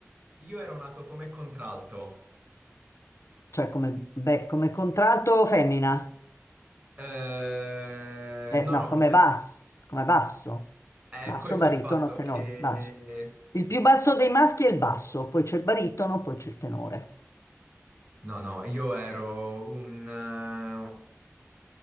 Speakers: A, on the right; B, on the left.
A: io ero nato come contralto.
B: cioè come, beh, come contralto femmina?
A: Eh,
B: Eh,
A: no,
B: no,
A: no,
B: come
A: come...
B: basso, come basso.
A: Eh,
B: Basso,
A: questo
B: baritono,
A: è il fatto
B: tenore,
A: che...
B: basso. Il più basso dei maschi è il basso, poi c'è il baritono, poi c'è il tenore.
A: No, no, io ero un... eh,